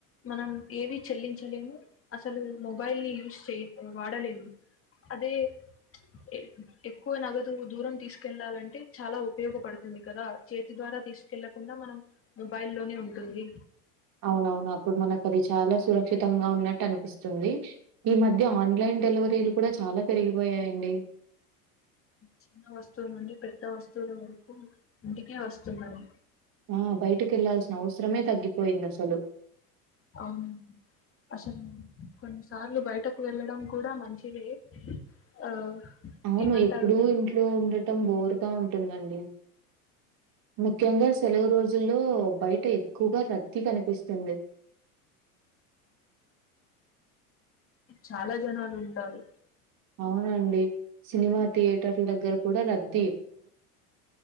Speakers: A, on the left; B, on the right.
A: మనం ఏవి చెల్లించలేము అసలు మొబైల్ ని యూస్ చెయ్ వాడలేము అదే ఎ ఎక్కువ నగదు దూరం తీసుకెళ్ళాలంటే చాలా ఉపయోగపడుతుంది కదా చేతి దో ద్వారా తీసుకెళ్ళకుండా మనం మొబైల్ లోనే ఉంటుంది.
B: అవునవును అప్పుడు మనకు అది చాలా సురక్షితంగా ఉన్నట్టు అనిపిస్తుంది ఈ మధ్య ఆన్ న్లైన్ డెలివరీలు కూడా చాలా పెరిగిపోయాయండి.
A: చిన్న వస్తువుల నుండి పెద్ద వస్తువుల వరకు ఇంటికే వస్తున్నాయి.
B: ఆ బయటికి వెళ్లాల్సిన అవసరమే తగ్గిపోయింది అసలు
A: అవునండి అసలు కొన్ని సార్లు బయటకు వెళ్ళడం కూడా మంచివే ఆ
B: అవును
A: ఏమంటారు
B: ఎప్పుడూ ఇంట్లో ఉండటం బోరుగా ఉంటుందండి. ముఖ్యంగా
A: అవునండి,
B: సెలవు రోజుల్లో బయట ఎక్కువగా రద్దీ కనిపిస్తుంది.
A: చాలా జనాలు ఉంటారు.
B: అవునండి సినిమా థియేటర్ల దగ్గర కూడా రద్